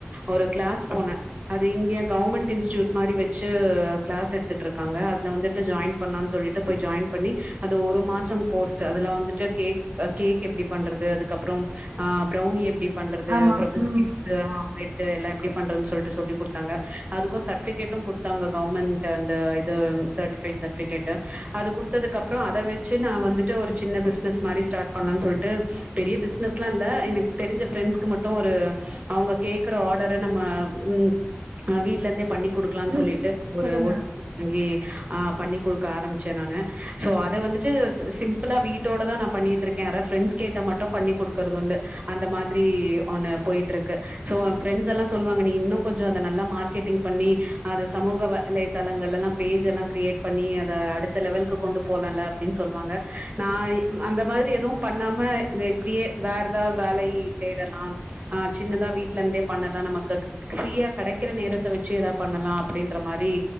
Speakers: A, on the right; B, on the right.
A: ஒரு க்ளாஸ் போனே அது இங்க கவர்மெண்ட் இன்ஸ்டியூட் மாரி வெச்சு க்ளாஸ் எடுத்துட்டு இருக்காங்க அதுல வந்துட்டு ஜாய்ன் பண்லான்னு சொல்லிட்டுப் போய் ஜாய்ன் பண்ணி அந்த ஒரு மாசம் கோர்ஸ் அதுலா வந்துட்டு கேக் கேக் எப்டி பண்றது அதுக்கப்பற ஆ ப்ரௌனி எப்டி பண்றது
B: ஆமா.
A: அப்பற பிஸ்கேட்
B: ம்.
A: து ஆ ப்ரெட்டு எல்லா எப்டி பண்றதுன்னு சொல்லிட்டு சொல்லி குடுத்தாங்க அதுக்கு சர்ட்டிஃபிகேட்டு குடுத் த்தாங்க கவுர்மெண்ட்டு அந்த இது சர்ட்டிஃபைட் சர்ட்டிபிகெட்டு அது குடுத்ததுக்கப்பறோ அத வெச்சு நா வந்துட்டு ஒரு சின்ன பிஸ்னெஸ் மாரி ஸ்டார்ட் பண்ணேன்னு சொல்ட்டு பெரிய பிஸ்னஸ் ல்லா இல்ல. எனக்கு தெரிஞ்ச ஃப்ரெண்ட்ஸ்க்கு மட்டு ஒரு அவுங்க கேக்குற ஆடர நம்ம ம் அ வீட்ல இருந்தே பண்ணி குடுக் கிலான்னு
B: ம்.
A: சொல்லிட்டு ஒரு
B: சொல்லுங்க.
A: ஓட் வங்கி ஆ பண்ணி குடுக்க ஆரம் ச்சே நானு. சோ அத வந்துட்டு ஸ் சிம்பிளா வீட்டோட தா நா பண்ணிட்டு இருக்கே. யாரா ஃப்ரெண்ட்ஸ் கேட்டா மட்டு பண்ணி குடு க்கரது உண்டு. அந்த மாதிரி ஒண்ணு போய்ட்டு இருக்கு. சோ எ ஃப்ரெண்ட்ஸ் எல்லா சொல்லுவாங்க. நீ இன்னு கொஞ்சோ அத நல்லா மார்க்கெட்டிங் பண்ணி அத சமூக வலைதளங்கள்ல எல்லா பேஜ் எல்லா க்ரியேட் பண்ணி அத அடுத் த லெவலுக்கு கொண்டு போலால அப்டின்னு சொல்லுவாங்க நா அந்த மாரி எதுவு பண்ணாம இந்த இப்டியே வேற எதா வேலை தேடலா ஆ சின்னதா வீட்ல இருந்தே பண்ணலா நமக்கு ஃப்ரீயா கெடைக்கிற நேரத்த வச்சு ஏதாவது பண்ணலா அப்டின்ற மாரி